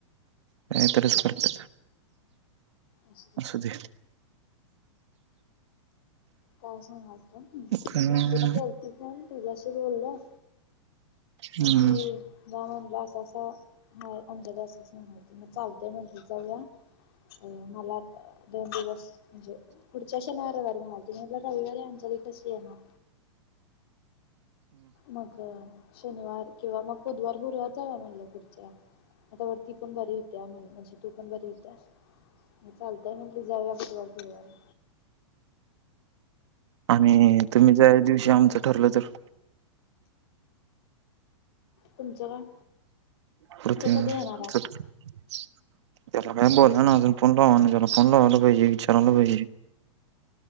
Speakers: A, on the right; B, on the left.
A: काही तच करत
B: अस
A: असध
B: काय सांगाल का
A: काय
B: बाकी ना कती प तच्याशी बोलल
A: हम्म,
B: ती गावणला अस असा नाही अंध असच नाही माहिती मग चालतय म्हज जा अ म दन दिवस म्हणजे कढचन वर कार्य तला रविवारी अंजलीिक श येणार. मग शनिवार किंवा मग बुधवार बुरुवार जाऊ म्हणलं पुुढच्या आता ती पण बरी होत्या म्हण म्हणजे तू पण बरी होत्या चालत. त्या म्हणली जाया बुटवारद्वारे
A: आणि तुम्ही ज दिवशी आमचं ठरलं तर
B: तुमचं काय?
A: प्रती
B: तो कधी येणार आहे
A: त्याला काय बोलला ना अजून फोन लावा ना त्याला फोन लावायला पाहिजे विचारायला पाहिजे.